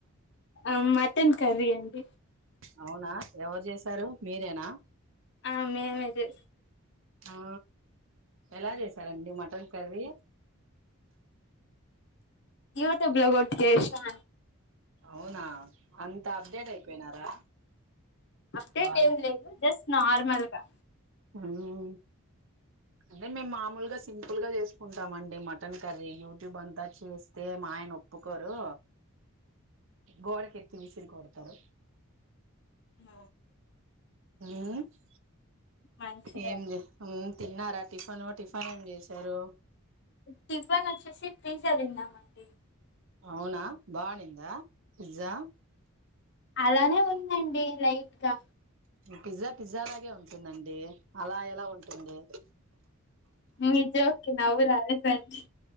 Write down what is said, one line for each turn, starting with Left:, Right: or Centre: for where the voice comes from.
Left: ఆ మటన్ కర్రీ అండి‌.
Right: అవునా, ఎవరు చేసారు మీరేనా
Left: ఆ మేమే చే
Right: ఆ ఎలా చేసారండి. మటన్ కర్రీ
Left: యూట్యూబ్లో గొట్టి జేస్నా
Right: అవునా అంత అప్డేట్ అయిపోయినారా
Left: అప్డేట్
Right: బా
Left: ఏం లేదు జస్ట్ నార్మల్ గా
Right: హమ్ అదే మేము మామూలుగా సింపుల్గా చేసుకుంటామండి మటన్ కర్రీ యూట్యూబ్ అంతా చేస్తే మా ఆయన ఒప్పుకోరు గోడకి విసిరికొడతారు
Left: మ
Right: ఏజ్
Left: మంచిదండి
Right: ఏంది తిన్నారా టిఫన్ టిఫన్ ఏం చేశారు
Left: టిఫిన్ వచ్చేసి పిజ్జా తిన్నాం అండి
Right: అవునా బానిందా పిజ్జా
Left: అలానే ఉందండి లైట్ గా
Right: పిజ్జా పిజ్జా లాగే ఉంటుందండి అలా ఎలా ఉంటుంది
Left: మీ జోక్ కి నవ్వు రాలేదండీ